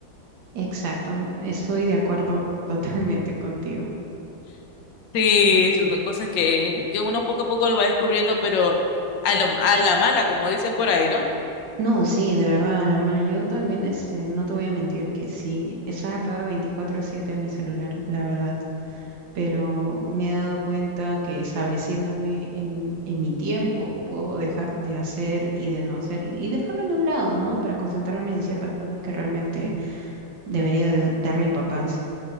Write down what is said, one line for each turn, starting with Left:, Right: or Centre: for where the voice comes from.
Right: Exacto, estoy de acuerdo <laughs> totalmente contigo.
Left: Sí, esas son cosas que, que uno poco a poco lo va descubriendo, pero a, lo- a la mala, como dicen por ahí, ¿no?
Right: No, sí, de verdad, a la mala. Yo también, este, no te voy a mentir que sí, estaba pegada 24/7 a mi celular, la verdad. pero me he dado cuenta que estableciéndome en, en mi tiempo puedo dejar de hacer y de no hacer y dejarlo en un lado, ¿no? Para concentrarme en ciertas cosas que realmente debería de darle importancia.